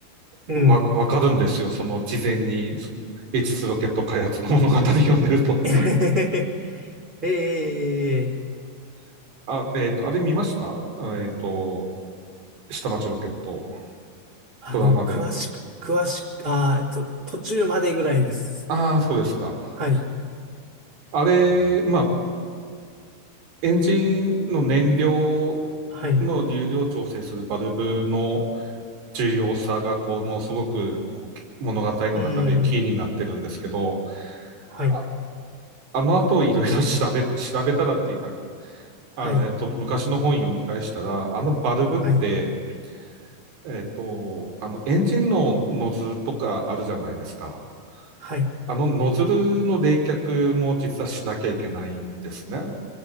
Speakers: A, on the right; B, on the right.
A: うん。
B: わ、わかるんですよ。その事前に、そ H2 ロケット開発の物語読んでると
A: えへへへ <laughs> えー、
B: <laughs> あ、えっと、あれ見ましたあえっと、下町ロケット、
A: あの、
B: ドラマで。
A: 詳しく、詳しく、あー、えっと、途中までぐらいです。
B: ああ、そうですか。
A: はい、
B: あれ、まあ、エンジンの燃料
A: はい、
B: の流量を調整するバルブの
A: う
B: 重要さが、こう、もうすごく、こう、物語の中でキーになってるんですけど、
A: ーん、はい、
B: あ、あの後いろいろ調べ、<laughs> 調べたらっていうか、
A: はい、
B: あの、えっと、昔の本読み返したら、あのバルブって、
A: はい、
B: えっと、あの、エンジンのノズルとかあるじゃないですか。
A: はい、
B: あのノズルの冷却も実はしなきゃいけないんですね。